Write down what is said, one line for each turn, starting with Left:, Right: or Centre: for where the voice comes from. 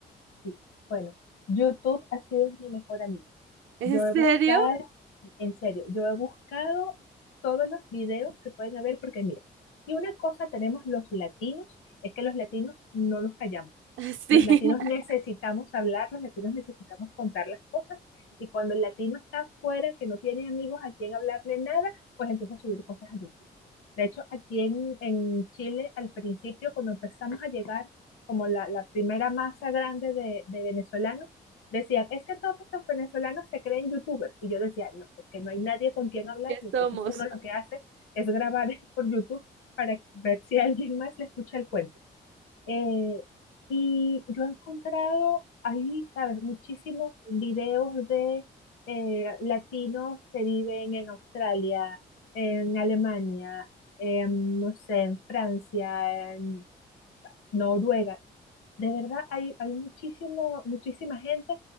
Left: y, bueno, YouTube ha sido mi mejor amigo.
Right: ¿En
Left: Yo he
Right: serio?
Left: buscado, en serio, yo he buscado todos los videos que pueden haber, porque mira, si una cosa tenemos los latinos, es que los latinos no nos callamos.
Right: <laughs> Sí,
Left: Los latinos
Right: <laughs>
Left: necesitamos hablar, los latinos necesitamos contar las cosas, y cuando el latino está afuera, que no tiene amigos a quien hablarle nada, pues empieza a subir cosas a YouTube. De hecho, aquí en, en Chile, al principio, cuando empezamos a llegar como la, la primera masa grande de de venezolanos, decían, es que todos estos venezolanos se creen youtubers. Y yo decía, no, es que no hay nadie con quien hablar
Right: ya
Left: y entonces
Right: somos.
Left: uno lo que hace es grabar <laughs> por YouTube para ver si alguien más le escucha el cuento. Eh, y yo he encontrado ahí, sabes, muchísimos videos de eh, latinos que viven en Australia, en Alemania, en, no sé, en Francia, en Noruega, de verdad, hay, hay muchísimo, muchísima gente